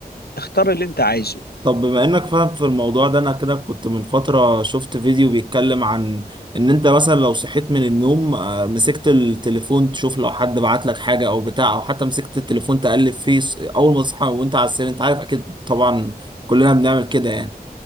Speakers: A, on the left; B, on the right.
A: اختار اللي انت عايزه
B: طب بما انك فاهم في الموضوع ده انا كده كنت من فترة شفت فيديو بيتكلم عن ان انت مثلا لو صحيت من النوم آه، مسكت التليفون تشوف لو حد بعت لك حاجة او بتاع او حتى مسكت التليفون تقلب فيه ص- اول ما تصحى وانت على السرير انت عارف اكيد طبعا كلنا بنعمل كده يعني